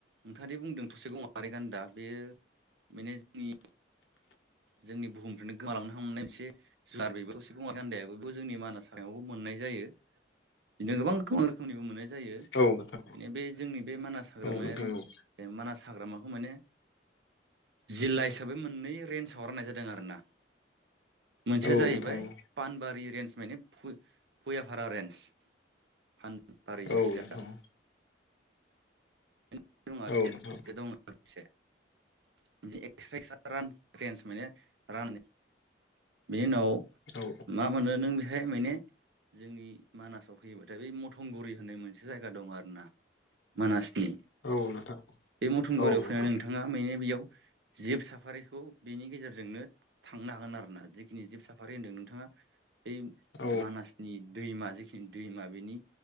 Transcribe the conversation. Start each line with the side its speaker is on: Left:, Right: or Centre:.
Right: नोंथाङादि बुंदों थसे गङारि गान्दा बेयो माने नि जोंनि बुहुमनिफ्रायनो गोमालांनो हमनाय मोनसे सार बेबो थसे गं गान्दायाबो जोंनि मानास हायावबो मोननाय जायो बिदिनो गोबां गोबां रोखोमनिबो मोननाय जायो
Left: औ नोंथां
Right: <unintelligible> जोंनि बे मानास हाग्रायारि
Left: औ नोंथां औ
Right: ओ मानास हाग्रामाख खौ माने जिल्ला हिसाबै मोननै रेन्जाव राननाय जादों आरोना मोनसेया जाहैबाय
Left: औ नोंथां औ
Right: पानबारि रेन्ज माने भुइ भुइयाफारा रेन्ज फान <unintelligible>
Left: औ नोंथां
Right: <unintelligible>
Left: औ नोंथां
Right: <unintelligible> बेनि उनाव
Left: औ
Right: मा मोनो नों बेख हाय माइने जोंनि मानासाव फैयोबाथाय बै मथंगुरि होननाय मोनसे जायगा दं आरो ना मानासनि
Left: औ नोंथां
Right: बे मथंगरियाव
Left: औ नोंथां
Right: फैनानै नोंथाङा माने बेयाव जिब साफारिखौ बेनि गेजेरजोंनो थांनो हागोन आरोना जिखिनि जिब साफारि होनदों नोंथाङा बै
Left: औ
Right: मानासनि दैमा जिखिनि दैमा बेनि